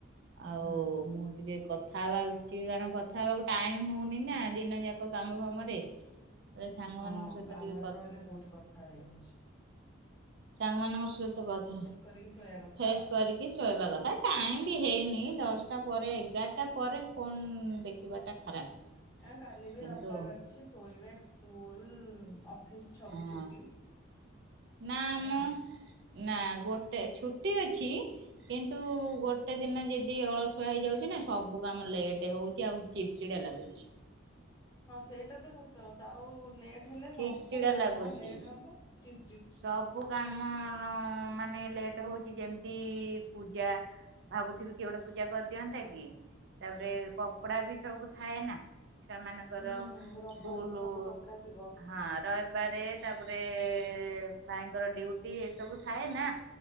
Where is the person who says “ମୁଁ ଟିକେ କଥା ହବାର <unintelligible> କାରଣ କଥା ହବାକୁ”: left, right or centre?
Right